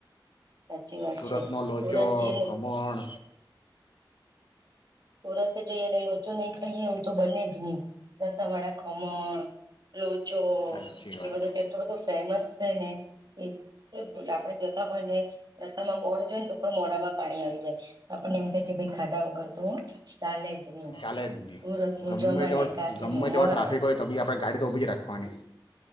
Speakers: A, on the right (about 55°); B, on the left (about 90°).
A: સાચી વાત
B: સુરતનો
A: છે
B: લોચો
A: સુરત જેનું
B: ખમણ
A: સુરત જઈ અને લોચો નહી ખાઈએ એવું તો બને જ નહી રસા વાળા ખમણ પે જો
B: સાચી વાત
A: એ બધુંટલું બધું ફેમસ શે ને એ બોલો આપડે જોતા હોઈ ને રસ્તામાં બોર્ડ જોઈનને તો પણ મોધા માં પાણી આવી જાય આપણને એમ થાય કે ભાઈ ખાધા વગર તો <unintelligible>
B: ચાલે જ નહીં.
A: સુરત નું
B: ગમે
A: જમને
B: તેવો
A: કાશી
B: ગમે
A: નું
B: તેવો
A: મરણ
B: ટ્રાફિક હોય તો બી આપણે ગાડી તો ઊભી જ રાખવાની.